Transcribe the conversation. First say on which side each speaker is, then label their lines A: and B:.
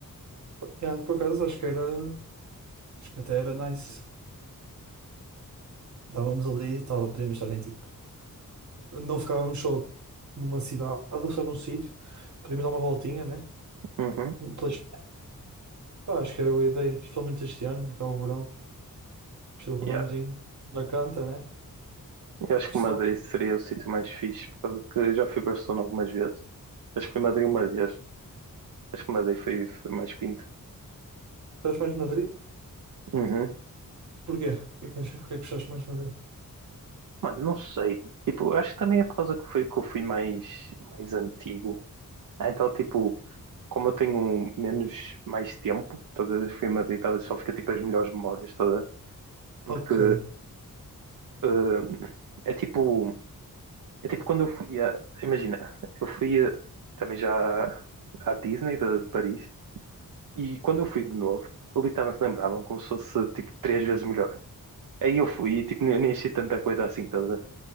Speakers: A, on the right (about 55°); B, on the right (about 70°).
A: Yeah, por acaso, acho que era. Acho que até era nice. Estávamos ali, tava, podíamos estar em tipo. Não ficávamos só numa cidade ou só num sítio. Podíamos dar uma voltinha, né?
B: Uhum.
A: Pelas... Pá, acho que era boa ideia, especialmente este ano, que é o verão. Este é o verãozinho.
B: Yeah.
A: Já canta, né?
B: Eu acho
A: Porque
B: que Madrid
A: se não
B: seria o sítio mais fixe, por causa que eu já fui para Barcelona algumas vezes. Acho que fui a Madrid uma vez. Acho que Madrid foi, foi mais pinto.
A: estás mais de Madrid?
B: Uhum.
A: Porquê? O que é que achas? Porquê é que estás mais de Madrid?
B: Mano, não sei. Tipo, eu acho que também é por causa que foi que eu fui mais, mais antigo. Ah, Então, tipo, como eu tenho menos, mais tempo, todas as vezes que fui a Madrid, talvez só fica tipo as melhores memórias, toda. Porque
A: Ok.
B: eh, é tipo, é tipo quando eu fui a, imagina, eu fui a- também já à Disney da- de Paris e quando eu fui de novo, eu literalmente lembrava como se fosse tipo três vezes melhor. Aí eu fui e tipo, nem nem achei tanta coisa assim, tá a ver?